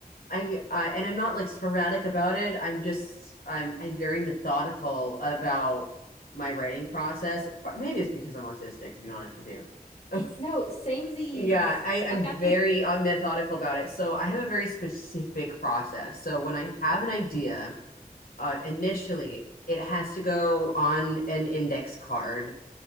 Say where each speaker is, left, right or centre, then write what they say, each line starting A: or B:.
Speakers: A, on the left (about 70°); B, on the left (about 45°).
A: I uh, and I'm not like sporadic about it. I'm just I'm I'm very methodical about my writing process. Maybe it's because I'm autistic, to be honest with you. <laughs>
B: No, samesies.
A: Yeah, I am
B: I got
A: very
B: the
A: uh, methodical about it. So I have a very specific process. So when I have an idea, uh, initially it has to go on an index card